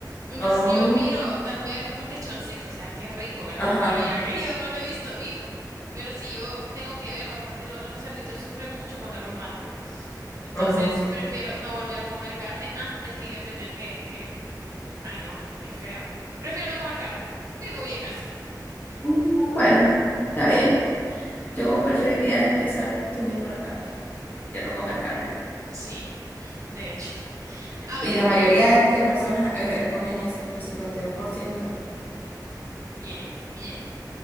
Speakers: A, on the right; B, on the left.
A: Entonces,
B: Ah,
A: si yo miro tal vez un lechoncito, o sea, qué rico, ¿verdad?
B: ajá,
A: Pero
B: ajá.
A: ya que yo no lo he visto vivo. Pero si yo tengo que verlo, aparte lo- los cerditos sufren mucho cuando los matan. Entonces,
B: ujú.
A: prefiero no volver a comer carne antes que yo tener que, que Ay, no, qué feo. Prefiero no comer carne. Vivo bien así.
B: Mm, Bueno, está bien. Yo preferiría despiezar tú mismo la carne que no comer carne.
A: Sí, de hecho. A ver,
B: Y la mayoría de de personas eh, escogen eso, el cincuenta y dos por ciento
A: bien, bien.